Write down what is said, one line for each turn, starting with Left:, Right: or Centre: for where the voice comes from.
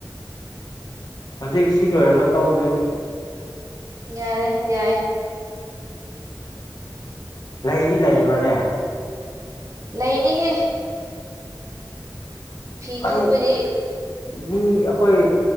Left: ꯍꯧꯖꯤꯛ ꯁꯤ ꯂꯣꯏꯔꯒ ꯇꯛꯎꯗꯣꯏꯅꯦ
Right: ꯌꯥꯔꯦ ꯌꯥꯏ
Left: ꯂꯩꯗꯤ ꯂꯩꯕꯅꯦ
Right: ꯂꯩꯅꯤꯍꯦ ꯐꯤ
Left: ꯑꯩ
Right: ꯇꯨꯕꯗꯤ
Left: ꯃꯤ ꯑꯩꯈꯣꯏ